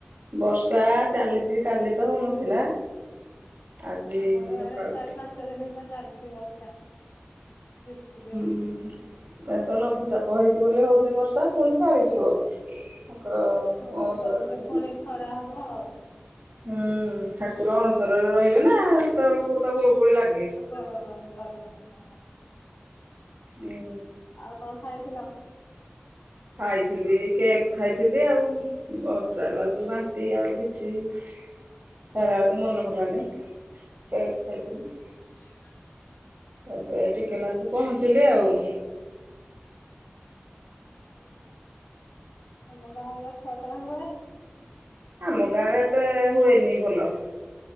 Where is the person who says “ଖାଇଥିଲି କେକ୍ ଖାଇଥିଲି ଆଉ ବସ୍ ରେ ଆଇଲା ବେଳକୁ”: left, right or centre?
Right